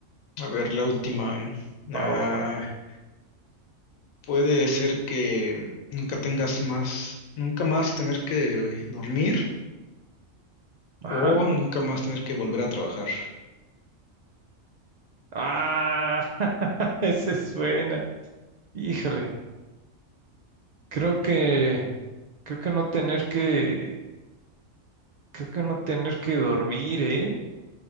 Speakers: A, on the left; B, on the right.
A: A ver, la última. Ah,
B: Va, va, va.
A: puede ser que nunca tengas más, nunca más tener que dormir
B: Ajá.
A: o nunca más tener que volver a trabajar.
B: Ah, <laughs> ese suena. Híjole, creo que, creo que no tener que, creo que no tener que dormir, ¿eh?